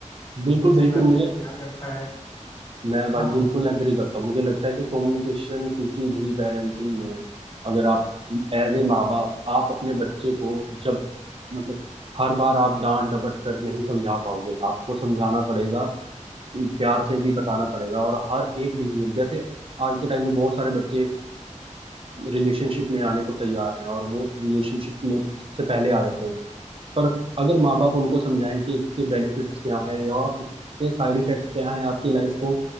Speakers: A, on the right; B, on the left.
A: बिल्कुल
B: बच्चे
A: बिल्कुल
B: का अच्छे
A: मुझे
B: से ध्यान रखा है
A: मैं भाई
B: हाँ हाँ
A: बिल्कुल एग्री करता हूँ मुझे लगता है कि कम्युनिकेशन किसी भी पेरेंटिंग में अगर आप एज ए माँ बाप आप अपने बच्चे को जब मतलब हर बार आप डांट डपट कर नहीं समझा पाओगे आपको समझाना पड़ेगा प्यार से भी बताना पड़ेगा और हर एक डिसीजन जैसे आज के टाइम में बहुत सारे बच्चे रिलेशनशिप में आने को तैयार हैं और वो रिलेशनशिप में सबसे पहले आ जाते हैं पर अगर माँ बाप उनको समझाएं कि इसके बेनिफिट्स क्या हैं और इसके साइड इफेक्ट क्या हैं आपकी लाइफ को